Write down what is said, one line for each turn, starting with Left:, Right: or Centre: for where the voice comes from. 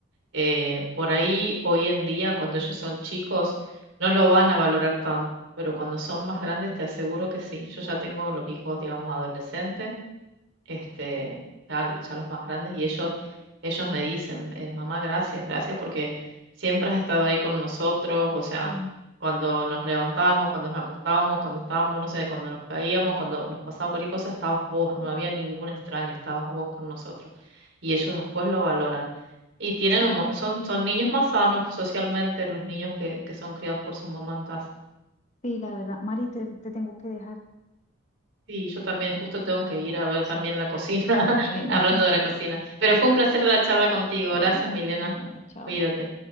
Right: Eh, por ahí, hoy en día, cuando ellos son chicos, no lo van a valorar tanto, pero cuando son más grandes, te aseguro que sí. Yo ya tengo los hijos, digamos, adolescentes. este, ya, ya los más grandes, y ellos, ellos me dicen, eh, mamá, gracias, gracias porque siempre has estado ahí con nosotros, o sea,
Left: Sí,
Right: cuando nos levantábamos, cuando nos acostábamos, cuando estábamos, no sé, cuando nos caíamos, cuando nos pasaba cualquier cosa, estabas vos, no había ningún extraño, estabas vos con nosotros. Y ellos después lo valoran. Y tienen
Left: sí,
Right: un mo- son, son niños más sanos socialmente, los niños que, que son criados por su mamá en casa.
Left: sí, la verdad. Mari, te, te tengo que dejar.
Right: Sí, yo también
Left: Qué pena
Right: justo
Left: contigo.
Right: tengo que ir
Left: Bueno,
Right: a ver
Left: sí.
Right: también la cocina, <laughs>
Left: Bueno,
Right: hablando
Left: <laughs>
Right: de la
Left: bueno,
Right: cocina. Pero
Left: bueno,
Right: fue un placer la charla contigo.
Left: bueno.
Right: Gracias, Milena.
Left: Bueno, chao,
Right: Cuídate.
Left: Mari.